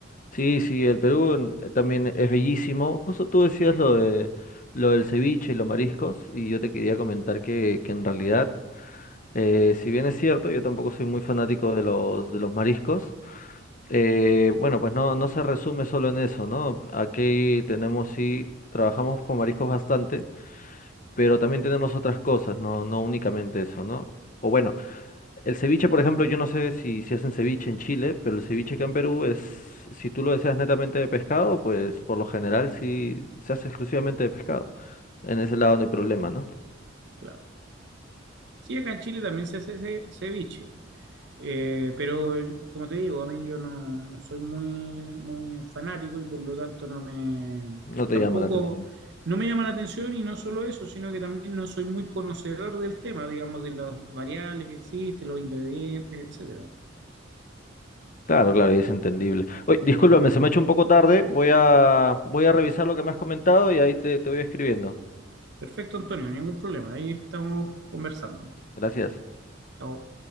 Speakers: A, on the left (about 45°); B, on the right (about 60°).
A: Sí, sí, el Perú mm, también es bellísimo. Justo tú decías lo de lo del ceviche y los mariscos, y yo te quería comentar que, que en realidad, eh, si bien es cierto, yo tampoco soy muy fanático de los, de los mariscos, eh, bueno, pues no, no se resume solo en eso, ¿no? Aquí tenemos sí, trabajamos con mariscos bastante, pero también tenemos otras cosas, no, no únicamente eso, ¿no? O bueno. El ceviche, por ejemplo, yo no sé si, si hacen ceviche en Chile, pero el ceviche acá en Perú es, si tú lo deseas netamente de pescado, pues por lo general sí se hace exclusivamente de pescado. En ese lado no hay problema, ¿no?
B: claro. Sí, acá en Chile también se hace ce- ceviche. Eh, pero eh, como te digo, a mí yo no, no soy muy, muy fanático y por lo tanto no me,
A: No te
B: tampoco,
A: llama la atención.
B: no me llama la atención y no solo eso, sino que también no soy muy conocedor del tema, digamos, de las variables que existen, los ingredientes, etcétera.
A: Claro, claro, y es entendible. Oye, discúlpame, se me ha hecho un poco tarde. Voy a, voy a revisar lo que me has comentado y ahí te, te voy escribiendo.
B: Perfecto, Antonio, ningún problema, ahí estamos conversando.
A: Gracias.
B: Chao.